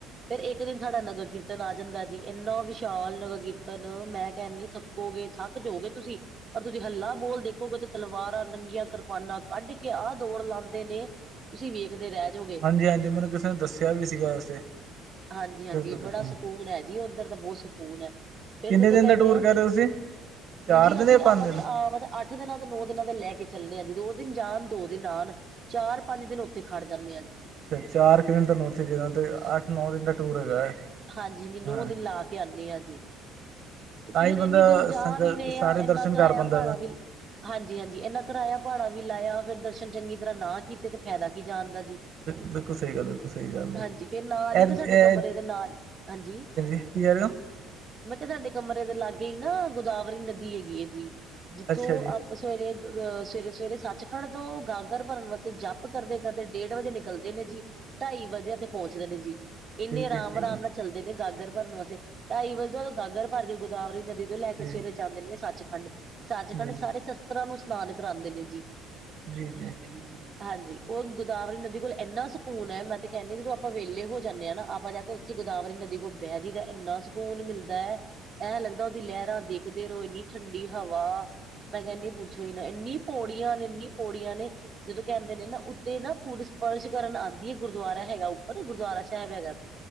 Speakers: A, on the right; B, on the right.
A: ਫਿਰ ਇੱਕ ਦਿਨ ਸਾਡਾ ਨਗਰ ਕੀਰਤਨ ਆ ਜਾਂਦਾ ਜੀ ਇੰਨਾ ਵਿਸ਼ਾਲ ਨਗਰ ਕੀਰਤਨ ਨ ਮੈਂ ਕਹਿਣ ਦੇ ਥੱਕੋਗੇ ਥੱਕ ਜਾਓਗੇ ਤੁਸੀਂ ਪਰ ਤੁਸੀਂ ਹੱਲਾ ਬੋਲ ਦੇਖੋਗੇ ਤੇ ਤਲਵਾਰਾਂ ਨੰਗੀਆਂ ਕਰਪਾਨਾਂ ਕੱਢ ਕੇ ਆਹ ਦੌੜ ਲਾਉਂਦੇ ਨੇ ਤੁਸੀਂ ਵੇਖਦੇ ਰਹਿ
B: ਹਾਂਜੀ ਹਾਂਜੀ ਮੈਨੂੰ ਕਿਸੇ ਨੇ ਦੱਸਿਆ ਵੀ ਸੀਗਾ ਵੈਸੇ
A: ਹਾਂਜੀ ਹਾਂਜੀ
B: ਬਿਲਕੁਲ ਬਿਲਕੁਲ
A: ਬੜਾ ਸਕੂਨ ਹੈ ਜੀ। ਜੀ ਉੱਧਰ ਦਾ ਬਹੁਤ ਸਕੂਨ ਹੈ। ਫਿਰ
B: ਕਿੰਨੇ
A: ਜਦੋਂ
B: ਦਿਨ
A: ਕਹਿੰਦੇ
B: ਦਾ ਟੂਰ
A: ਆਂ
B: ਕਹਿ
A: ਜੀ
B: ਰਹੇ ਹੋ ਤੁਸੀਂ ਚਾਰ
A: ਹੁਣਜੀ
B: ਦਿਨ
A: ਅਸੀਂ
B: ਜਾਂ
A: ਆਪਾਂ
B: ਪੰਜ ਦਿਨ
A: ਤੇ ਆਪਦਾ ਅੱਠ ਦਿਨਾਂ ਦਾ ਨੌ ਦਿਨਾਂ ਦੇ ਲੈ ਕੇ ਚੱਲਣੇ ਹਾਂ ਜੀ ਦੋ ਦਿਨ ਜਾਣ ਦੋ ਦਿਨ ਆਉਣ ਚਾਰ ਪੰਜ ਦਿਨ ਉੱਥੇ ਖੜ ਜਾਂਦੇ ਆ ਜੀ
B: ਅੱਛਾ ਚਾਰ ਕੁ ਦਿਨ ਤੁਹਾਨੂੰ ਉੱਥੇ ਜਾ ਤੇ ਅੱਠ ਨੌ ਦਿਨ ਦਾ ਟੂਰ ਹੈਗਾ ਹੈ।
A: ਹਾਂਜੀ ਹਾਂਜੀ ਨੌ
B: ਹਾਂ
A: ਦਿਨ ਲਾ ਕੇ ਆਉਂਦੇ ਹਾਂ ਜੀ ਕਿਉਂਕਿ
B: ਤਾਂ
A: ਫੇਰ
B: ਹੀ ਬੰਦਾ
A: ਇੰਨੀ ਦੂਰ ਜਾ
B: ਸੰਗਤ
A: ਵੀ ਨੇ
B: ਸਾਰੇ
A: ਆ ਇੰਨਾ
B: ਦਰਸ਼ਨ
A: ਕਰਾਇਆ
B: ਕਰ ਪਾਉਂਦਾ
A: ਭਾੜਾ
B: ਵਾ
A: ਵੀ ਹਾਂਜੀ ਹਾਂਜੀ ਇਹਨਾ ਕਰਾਇਆ ਭਾੜਾ ਵੀ ਲਾਇਆ ਫਿਰ ਦਰਸ਼ਨ ਚੰਗੀ ਤਰ੍ਹਾਂ ਨਾ ਕੀਤੇ ਤੇ ਫਾਇਦਾ ਕੀ ਜਾਣ ਦਾ ਜੀ,
B: ਬਿਲਕੁਲ ਸਹੀ ਗੱਲ ਬਿਲਕੁਲ ਸਹੀ ਗੱਲ ਹੈ
A: ਹਾਂਜੀ ਫੇਰ ਨਾਲ ਹੀ
B: ਇਹ
A: ਤੇ ਸਾਡੇ
B: ਇਹ
A: ਕਮਰੇ ਦੇ ਨਾਲ ਹਾਂਜੀ
B: ਕੀ ਕਹਿ ਰਹੇ ਹੋ
A: ਮੈਂ ਕਿਹਾ ਸਾਡੇ ਕਮਰੇ ਦੇ ਲਾਗੇ ਹੀ ਨਾ ਗੋਦਾਵਰੀ ਨਦੀ ਹੈਗੀ ਹੈ ਜੀ, ਜਿੱਥੋਂ
B: ਅੱਛਾ ਜੀ
A: ਆਪ ਸਵੇਰੇ ਅਹ ਸਵੇਰੇ ਸਵੇਰੇ ਸੱਚਖੰਡ ਤੋਂ ਗਾਗਰ ਭਰਨ ਵਾਸਤੇ ਜੱਪ ਕਰਦੇ ਕਰਦੇ ਡੇਢ ਵਜੇ ਨਿਕਲ ਚੱਲਦੇ ਨੇ ਜੀ ਢਾਈ ਵਜੇ ਤੇ ਪਹੁੰਚਦੇ ਨੇ ਜੀ
B: ਠੀਕ
A: ਇੰਨੇ ਆਰਾਮ
B: ਹੈ ਠੀਕ
A: ਆਰਾਮ
B: ਹੈ
A: ਨਾਲ ਚੱਲਦੇ ਨੇ ਗਾਗਰ ਭਰਨ ਵਾਸਤੇ ਢਾਈ ਵਜੇ ਗਾਗਰ ਭਰਕੇ ਗੋਦਾਵਰੀ ਨਦੀ ਤੋਂ ਲੈ ਕੇ
B: ਜੀ
A: ਸਵੇਰੇ ਜਾਂਦੇ ਨੇ ਸੱਚਖੰਡ ਸੱਚਖੰਡ
B: ਜੀ
A: ਸਾਰੇ ਸ਼ਸਤਰਾਂ ਨੂੰ ਇਸ਼ਨਾਨ ਕਰਾਉਂਦੇ ਨੇ ਜੀ,
B: <inaudible>
A: ਹਾਂਜੀ ਉਹ ਗੋਦਾਵਰੀ ਨਦੀ ਕੋਲ ਇੰਨਾ ਸਕੂਨ ਹੈ। ਮੈਂ ਤੇ ਕਹਿੰਦੀ ਜਦੋਂ ਆਪਾਂ ਵੇਲੇ ਹੋ ਜਾਂਦੇ ਹਾਂ ਨਾ ਆਪਾਂ ਜਾ ਕੇ ਗੋਦਾਵਰੀ ਨਦੀ ਕੋਲ ਬਹਿ ਜੀਦਾ ਇੰਨਾ ਸਕੂਨ ਮਿਲਦਾ ਹੈ ਐ ਲੱਗਦਾ ਉਹਦੀ ਲਹਿਰਾਂ ਦੇਖਦੇ ਰਹੋ, ਏਨੀ ਠੰਡੀ ਹਵਾ। ਮੈਂ ਕਹਿੰਦੀ ਆ, ਪੁੱਛੋ ਹੀ ਨਾ, ਇੰਨੀ ਪੌੜੀਆਂ ਨੇ, ਇੰਨੀ ਪੌੜੀਆਂ ਨੇ! ਜਦੋਂ ਕਹਿੰਦੇ ਨੇ ਨਾ ਉੱਤੇ ਨਾ ਪੂਰੇ ਸਪਰਸ਼ ਕਰਨ ਆਂਦੀ ਐ ਗੁਰਦੁਆਰਾ ਹੈਗਾ ਉੱਪਰ, ਗੁਰਦੁਆਰਾ ਸਾਹਿਬ ਹੈਗਾ।